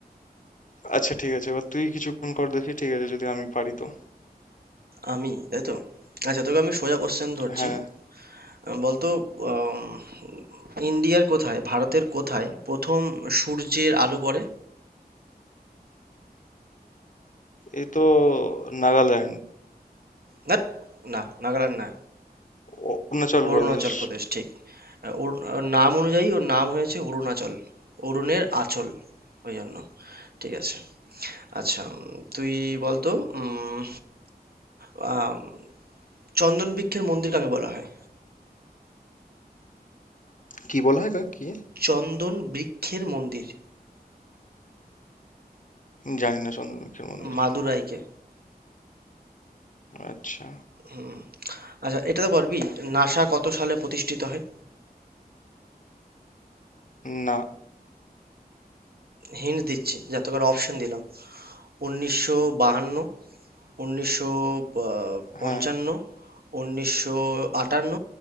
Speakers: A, on the left; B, on the right.
A: আচ্ছা ঠিক আছে এবার তুই কিছুক্ষণ কর দেখি ঠিক আছে যদি আমি পারি তো
B: আমি তাই তো আচ্ছা তোকে আমি সোজা কোশ্চেন ধরছি
A: হ্যাঁ
B: আহ, বলতো আম, ইন্ডিয়ার কোথায় ভারতের কোথায় প্রথম সূর্যের আলো পড়ে
A: এ তো নাগাল্যান্ড
B: ধ্যাৎ, না নাগাল্যান্ড না
A: অরুণাচল
B: অরুণাচল
A: প্রদেশ
B: প্রদেশ ঠিক আহ, ওর ওর নাম অনুযায়ী ওর নাম হয়েছে অরুণাচল অরুণের আঁচল ওই জন্য ঠিক আছে আচ্ছা উম, তুই বলতো উম, আম, চন্দন বৃক্ষের মন্দির কাকে বলা হয়
A: কি বলা হয় কাকে? কি
B: চন্দন বৃক্ষের মন্দির
A: জানি না চন্দ্রমুখীর মন্দির
B: মাদুরাইকে
A: আচ্ছা
B: হুম আচ্ছা এটা তো পারবি নাসা কত সালে প্রতিষ্ঠিত হয়
A: না
B: হিন্ট দিচ্ছি যা তোকে অপশন দিলাম উনিশশো বাহান্ন উনিশশো আহ, পঞ্চান্ন
A: হ্যাঁ
B: উনিশশো আটান্ন